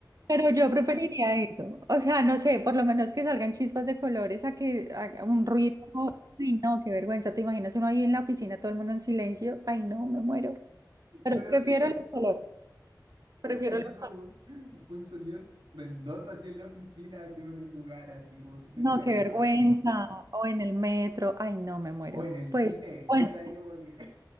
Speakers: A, on the right (about 50°); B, on the right (about 85°).
A: Pero yo preferiría eso. O sea, no sé, por lo menos que salgan chispas de colores a que haga un ruido. Ay, no, qué vergüenza. ¿Te imaginas uno ahí en la oficina, todo el mundo en silencio? Ay, no, me muero. Pero
B: Pero
A: prefiero
B: sí,
A: los colores. Prefiero
B: así
A: los
B: como
A: colores.
B: un, un sonido estruendoso así en la oficina, así en un lugar así como súper
A: No,
B: callado.
A: qué vergüenza. O en el metro. Ay, no, me muero.
B: O en el cine,
A: Pues, bueno,
B: estar ahí como que...